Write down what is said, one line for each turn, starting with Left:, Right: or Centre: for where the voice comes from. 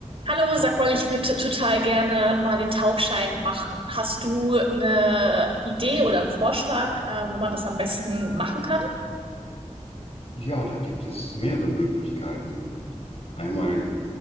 Right: Hallo, sag mal, ich würde total gerne mal den Tauchschein machen. Hast du eine Idee oder einen Vorschlag, äh, wo man das am besten machen kann?
Left: Ja, da gibt es mehrere Möglichkeiten. Einmal